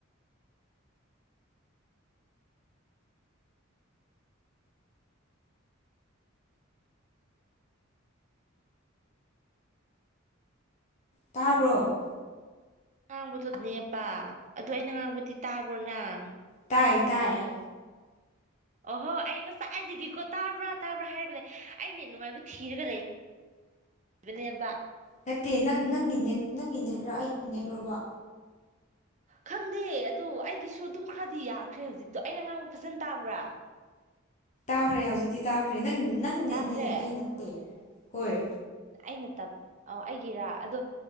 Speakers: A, on the left (about 35°); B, on the right (about 35°).
A: ꯇꯥꯕ꯭ꯔꯣ
B: ꯉꯥꯡꯕꯗꯨꯅꯦꯕ ꯑꯗꯨꯗ ꯑꯩꯅ ꯉꯥꯡꯕꯗꯤ ꯇꯥꯕ꯭ꯔꯣ ꯅꯪ
A: ꯇꯥꯏ ꯇꯥꯏ
B: ꯑꯣꯍꯣ ꯑꯩ ꯉꯁꯥꯏ ꯑꯗꯒꯤꯀꯣ ꯇꯥꯕ꯭ꯔꯥ ꯇꯥꯕ꯭ꯔꯥ ꯍꯥꯏꯔꯒꯅꯦ ꯑꯩꯅꯦ ꯅꯨꯡꯉꯥꯏꯕ ꯊꯤꯔꯒ ꯂꯩꯕ ꯏꯕꯅꯦꯕ
A: ꯅꯠꯇꯦ ꯅꯪ ꯅꯪꯒꯤ ꯅꯦꯠ ꯅꯪꯒꯤ ꯅꯦꯠꯔꯣ ꯑꯩꯒꯤ ꯅꯦꯠꯂꯣꯕ
B: ꯈꯪꯗꯦ ꯑꯗꯣ ꯑꯩꯒꯤꯁꯨ ꯑꯗꯨꯝ ꯈꯔꯗꯤ ꯌꯥꯈ꯭ꯔꯦ ꯍꯧꯖꯤꯛꯇꯣ ꯑꯩꯅ ꯉꯥꯡꯕ ꯐꯖꯅ ꯇꯥꯕ꯭ꯔꯥ
A: ꯇꯥꯈ꯭ꯔꯦ ꯍꯧꯖꯤꯛꯇꯤ ꯇꯥꯈ꯭ꯔꯦ ꯅꯪ ꯅꯪ ꯅꯦꯠꯅꯦ
B: ꯇꯥꯈ꯭ꯔꯦ
A: ꯑꯩ ꯅꯠꯇꯦ ꯍꯣꯏ
B: ꯑꯩꯅꯠꯇꯕ ꯑ ꯑꯩꯒꯤꯔꯥ ꯑꯗꯣ